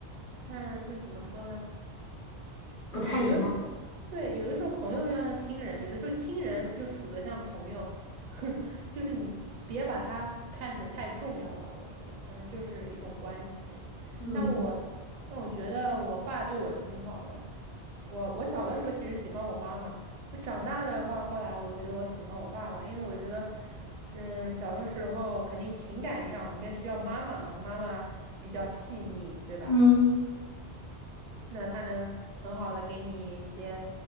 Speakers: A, on the right (about 55°); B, on the left (about 50°).
A: 看就是怎么说呢？
B: 不太一样。
A: 有的。对，有的时候朋友要像亲人，有的时候亲人又处得像朋友，<laughs> 就是你别把他看得太重要吧，我觉得可能就是一种关系。
B: 嗯
A: 但我但我觉得我爸对我挺好的，我我小的时候其实喜欢我妈妈，我长大的话，后来我觉得我喜欢我爸爸，因为我觉得，嗯，小的时候肯定情感上你更需要妈妈嘛，妈妈比较细腻，对吧？
B: 嗯。
A: 那他能很好的给你一些，